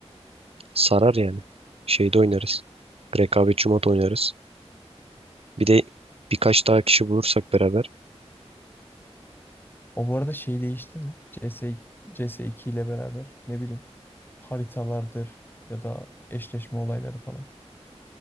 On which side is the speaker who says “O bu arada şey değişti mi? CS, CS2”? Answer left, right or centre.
Left